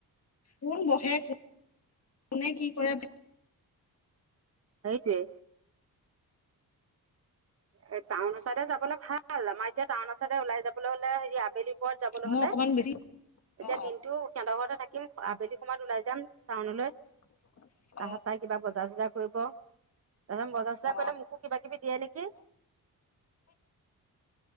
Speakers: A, on the left; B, on the right.
A: কোন বহে, কোনে কি কৰে
B: সেইটোৱে। এ, টাউনৰ চাইদে যাবলে ভাল। আমাৰ এতিয়া টাউনৰ চাইডে ওলাই যাবলে হ'লে হেৰি আবেলি পৰত যাবলৈ
A: মই
B: হ'লে
A: অকণমান বেছি
B: এতিয়া
A: অ
B: দিনটো সিহঁতৰ ঘৰতে থাকিম, আবেলি সময়ত ওলাই যাম টাউনলৈ।
A: <inaudible>
B: তাহঁত তাই কিবা বজাৰ চজাৰ কৰিব, তাৰপিছত বজাৰ চজাৰ
A: অ
B: কৰিলে মোকো কিবা কিবি দিয়ে নেকি?